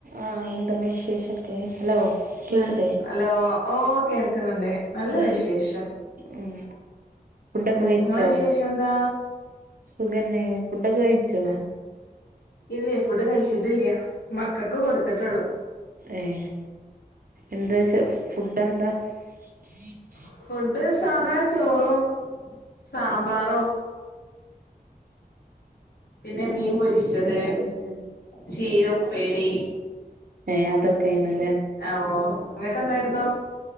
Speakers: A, on the right (about 60°); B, on the left (about 85°).
A: ആഹ് എന്താണ് വിശേഷക്കെ ഹലോ <unintelligible>
B: നൽ ഹലോ ഓ കേൾക്കുന്നുണ്ട് നല്ല
A: ഉം
B: വിശേഷം
A: ഉം ഫുഡൊക്കെ
B: ഉം
A: കഴിച്ചോ?
B: ഇങ്ങളെ വിശേഷം എന്താ
A: സുഖന്നെ ഫുഡൊക്കെ കഴിച്ചോ?
B: ആഹ് ഇല്ലേ ഫുഡ് കഴിച്ചിട്ടില്യാ മക്കക്ക് കൊടുത്തിട്ടേ ഉള്ളു
A: ഏഹ് എന്താ ചെ <unintelligible>
B: <unintelligible> സാധാ ചോറോ സാമ്പാറോ. പിന്നെ മീൻ പൊരിച്ചത്,
A: മീൻ പൊരിച്ചതും
B: ചീര ഉപ്പേരി
A: ഏ അതൊക്കെയാണ്
B: <unintelligible> നിങ്ങക്ക് എന്തായിരുന്നു?